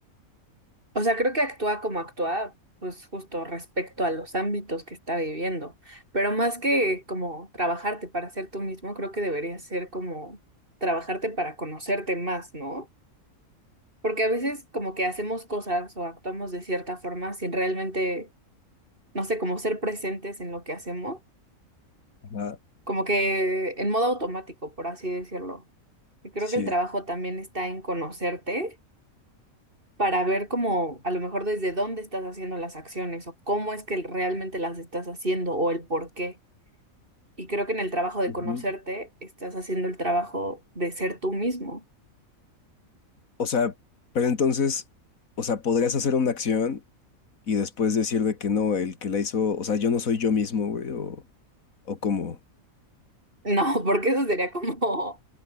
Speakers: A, on the right (about 40°); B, on the left (about 75°).
A: O sea, creo que actúa como actúa, pues justo respecto a los ámbitos que está viviendo. Pero más que como trabajarte para ser tú mismo, creo que debería ser como trabajarte para conocerte más, ¿no? Porque a veces como que hacemos cosas o actuamos de cierta forma sin realmente no sé, como ser presentes en lo que hacemos,
B: Ajá,
A: como que en modo automático, por así decirlo. Y creo
B: sí.
A: que el trabajo también está en conocerte para ver cómo, a lo mejor desde dónde estás haciendo las acciones o cómo es que realmente las estás haciendo o el por qué. Y creo que en el trabajo de
B: Ujú.
A: conocerte estás haciendo el trabajo de ser tú mismo.
B: O sea, pero entonces, o sea, podrías hacer una acción. y después decir de que no, el que la hizo, o sea, yo no soy yo mismo, güey, o, o como,
A: No, <laughs> porque eso sería como,